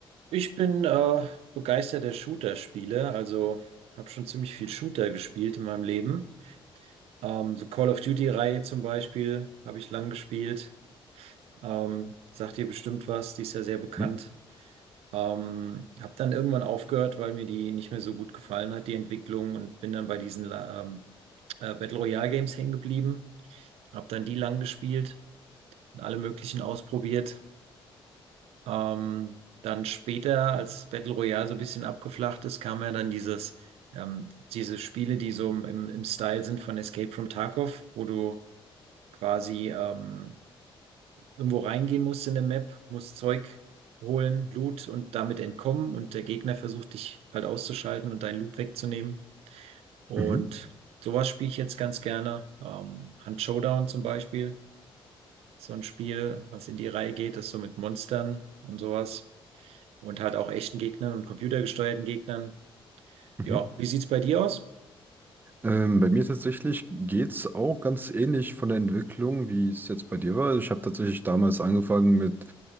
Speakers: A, on the right; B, on the right.
A: Ich bin äh, begeisterter Shooter-Spieler, also habe schon ziemlich viel Shooter gespielt in meinem Leben. Ähm, so Call of Duty-Reihe zum Beispiel habe ich lang gespielt. Ähm, sagt ihr bestimmt was, die ist ja sehr bekannt.
B: Mhm.
A: Ähm, habe dann irgendwann aufgehört, weil mir die nicht mehr so gut gefallen hat, die Entwicklung, und bin dann bei diesen La- ähm, äh, Battle Royale Games hängen geblieben. Habe dann die lang gespielt und alle möglichen ausprobiert. Ähm, dann später, als Battle Royale so ein bisschen abgeflacht ist, kam ja dann dieses, ähm, diese Spiele, die so im, im Style sind von Escape from Tarkov, wo du quasi ähm, irgendwo reingehen musst in der Map, musst Zeug holen, Loot und damit entkommen und der Gegner versucht dich halt auszuschalten und deinen Loot wegzunehmen. Und
B: Mhm.
A: sowas spiele ich jetzt ganz gerne. Ähm, Hunt Showdown zum Beispiel, so ein Spiel, was in die Reihe geht, das so mit Monstern und sowas. und halt auch echten Gegnern und computergesteuerten Gegnern.
B: Mhm.
A: Ja, wie sieht's bei dir aus?
B: Ähm, bei mir tatsächlich geht's auch ganz ähnlich von der Entwicklung, wie es jetzt bei dir war. Ich habe tatsächlich damals angefangen mit